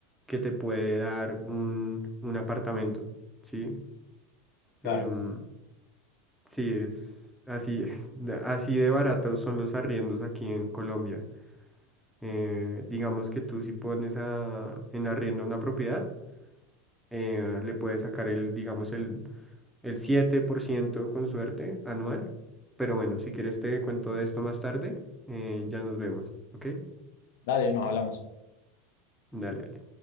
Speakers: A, in the centre; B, on the left.
A: que te puede dar un, un apartamento, ¿sí?
B: Claro.
A: Em, sí, es así, es, de- así de baratos son los arriendos aquí en Colombia. Eh, digamos que tú si pones a- en arriendo una propiedad, eh, le puedes sacar el, digamos, el, el 7% con suerte anual. Pero bueno, si quieres te cuento de esto más tarde, eh, ya nos vemos, ¿ok?
B: Dale, nos hablamos.
A: Dale, dale.